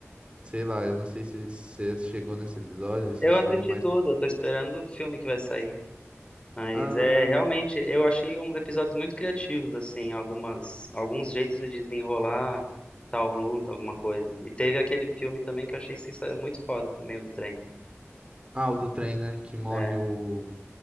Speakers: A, on the right (about 25°); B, on the left (about 20°).
A: Sei lá, eu não sei se você chegou nesse episódio, assistiu,
B: Eu assisti
A: mas.
B: tudo, eu tô esperando o filme que vai sair. Mas
A: Ah,
B: é realmente, eu achei uns episódios muito criativos, assim, algumas, alguns jeitos de desenrolar tal luta, alguma coisa. E teve aquele filme também que eu achei sensa- muito foda também, o do trem.
A: ah, o do trem, né? Que morre
B: É,
A: o,